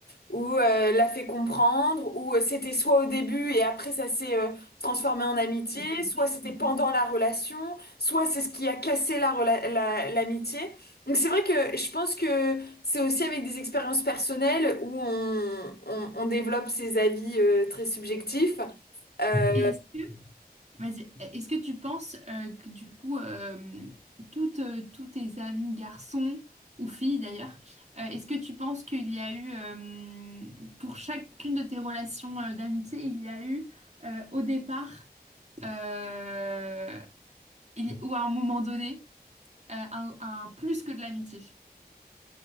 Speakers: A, on the left (about 80°); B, on the right (about 45°).
A: ou euh, l'a fait comprendre, ou euh, c'était soit au début et après ça s'est euh, transformé en amitié,
B: Et-
A: soit c'était
B: Mhm.
A: pendant la relation, soit c'est ce qui a cassé la rela- la- l'amitié. Donc c'est vrai que je pense que c'est aussi avec des expériences personnelles où on, on, on développe ses avis euh, très subjectifs. Euh,
B: Est-ce que, vas-y, est-ce que tu penses euh, que du coup, euh, toutes, euh, tous tes amis garçons ou filles d'ailleurs, euh, est-ce que tu penses qu'il y a eu, euh, pour chacune de tes relations euh, d'amitié, il y a eu euh, au départ, euh, il- ou à un moment donné, Euh, un, un plus que de l'amitié.